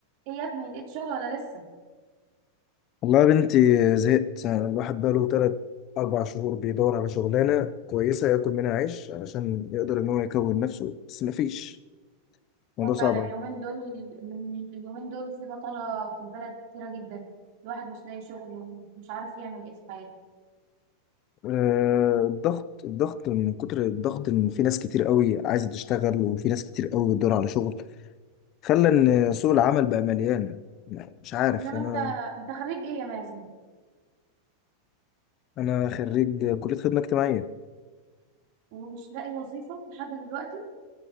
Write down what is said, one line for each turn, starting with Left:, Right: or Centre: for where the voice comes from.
Right: ايه يا ابني لقيت شغل ولا لسه
Left: والله يا بنتي زهقت الواحد بقاله تلات أربع شهور بيدور على شغلانة كويسة ياكل منها عيش علشان يقدر إن هو يكون نفسه بس مفيش الموضوع
Right: هو فعلا
Left: صعب
Right: اليومين
Left: أوي
Right: دول من اليومين دول في بطالة في البلد كتيرة جدا الواحد مش لاقي شغل ومش عارف يعمل ايه في حياته
Left: آه، الضغط الضغط من كتر الضغط إن في ناس كتير قوي عايزة تشتغل وفي ناس كتير قوي بتدور على شغل خلى إن سوق العمل بقى مليان يعني مش عارف
Right: انما
Left: أنا
Right: انت انت خريج ايه يا مازن
Left: أنا خريج كلية خدمة اجتماعية
Right: ومش لاقي وظيفة لحد دلوقتي